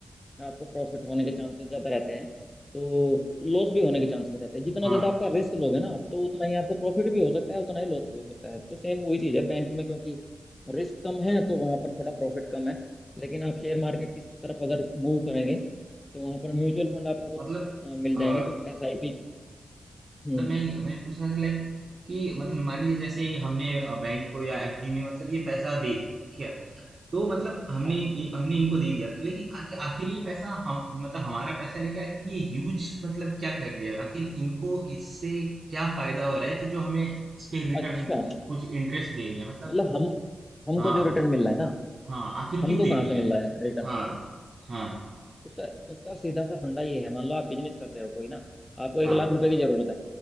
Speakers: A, on the left; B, on the right.
A: आपको प्रॉफिट होने के चांसेस ज़्यादा रहते हैं तो लॉस भी होने के चांसेस रहते हैं जितना
B: हाँ
A: ज़्यादा आपका रिस्क लोगे ना आप तो उतना ही आपको प्रॉफिट भी हो सकता है उतना ही लॉस भी हो सकता है तो सेम वही चीज़ है बैंक में क्योंकि रिस्क कम है तो वहाँ पर थोड़ा प्रॉफिट कम है लेकिन आप शेयर मार्केट की तरफ अगर मूव करेंगे तो वहाँ पर म्यूचुअल फंड आपको कुछ
B: मतलब
A: अ, मिल
B: अ,
A: जाएंगे कुछ एस आई पी हम्म
B: मतलब मैं मैं पूछ रहा था लाइक कि मतलब मान लीजिए जैसे हमने बैंक को या एफडी में मतलब ये पैसा दे दिया ठीक है तो मतलब हमने
A: हाँ
B: हमने इनको दे दिया तो लेकिन आखिर आखिर ये पैसा हम मतलब हमारा पैसा लेके आखिर ये यूज मतलब क्या कर रही है आखिर इनको इससे क्या फायदा हो रहा है कि जो हमें इस पे रिटर्न
A: अच्छा
B: कुछ इंटरेस्ट दे रही है मतलब
A: मतलब हम हमको
B: हाँ
A: जो रिटर्न मिल रहा है ना
B: हाँ आखिर
A: हमको
B: क्यों दे
A: कहाँ
B: रही
A: से
B: है
A: मिल रहा है रिटर्न
B: हाँ हाँ
A: उसका उसका सीधा सा फंडा ये है मान लो आप बिजनेस कर रहे हो कोई ना आपको एक
B: हाँ
A: लाख रुपए की जरूरत है